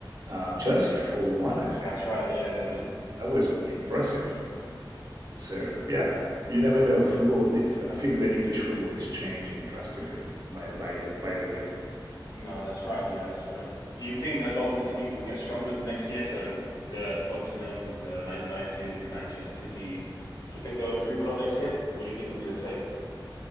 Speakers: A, on the right; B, on the left.
A: um, Chelsea four one. I think
B: That's right. Yeah,
A: I think
B: they did.
A: that, that was impressive. So yeah, you never know. Football, I think the English football is changing drastically by by year- by the year.
B: No, that's right. Yeah, that's right. Do you think a lot of the teams will get stronger the next year? So the Tottenhams, the Man United, the Manchester Cities. Do you think they'll improve a lot next year, or do you think it'll be the same?